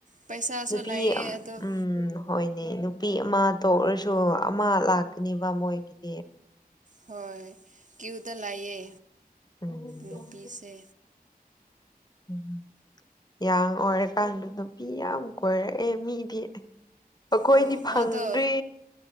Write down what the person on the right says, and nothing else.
ꯄꯩꯁꯥꯁꯨ
ꯂꯩꯌꯦ
ꯑꯗꯣ
ꯍꯣꯏ ꯀ꯭ꯌꯨꯗ ꯂꯩꯌꯦ
ꯅꯨꯄꯤꯁꯦ꯫
ꯑꯣ ꯃꯥꯗꯣ